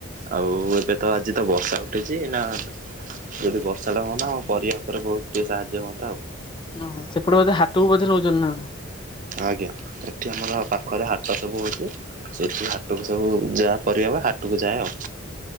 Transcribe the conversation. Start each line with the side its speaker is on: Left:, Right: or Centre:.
Right: ଆଉ ଏବେ ତ ଆଜି ତ ବର୍ଷା ଉଠିଛି, ନା ଯଦି ବର୍ଷା ଟା ହୁଅନ୍ତା ଆମ ପରିବା ଉପରେ ବହୁତ ଟିକେ ସାହାଯ୍ୟ ହୁଅନ୍ତା ଆଉ,
Left: ଓହ ସେପଟେ ବୋଧେ ହାତକୁ ବଧେ ନଉଛନ୍ତିଣ
Right: ଆଜ୍ଞା, ଏଠି ଆମର ପାଖରେ ହାଟ ସବୁ ହଉଛି, ସେଠି ହାଟକୁ ସବୁ ଯାହା ପରିବା ହାଟକୁ ଯାଏ ଆଉ